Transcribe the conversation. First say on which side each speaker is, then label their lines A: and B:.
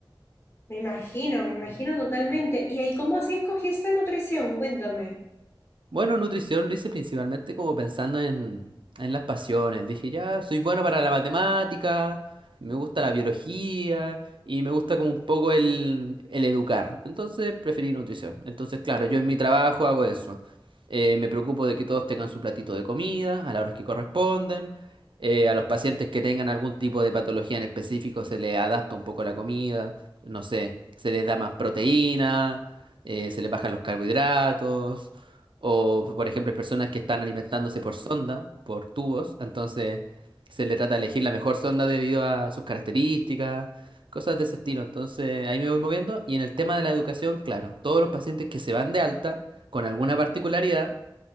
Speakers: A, on the left (about 30°); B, on the right (about 75°).
A: Me imagino, me imagino totalmente. ¿Y ahí cómo así escogiste nutrición? Cuéntame.
B: Bueno, nutrición lo hice principalmente como pensando en, en las pasiones. Dije, ya, soy bueno para la matemática, me gusta la biología y me gusta como un poco el, el educar. Entonces preferí nutrición. Entonces, claro, yo en mi trabajo hago eso. Eh, me preocupo de que todos tengan su platito de comida a las horas que corresponden. Eh, a los pacientes que tengan algún tipo de patología en específico se les adapta un poco la comida. No sé, se les da más proteína, eh, se les bajan los carbohidratos. O, por ejemplo, hay personas que están alimentándose por sonda, por tubos, entonces se le trata de elegir la mejor sonda debido a sus características, cosas de ese estilo. Entonces ahí me voy moviendo. Y en el tema de la educación, claro, todos los pacientes que se van de alta con alguna particularidad,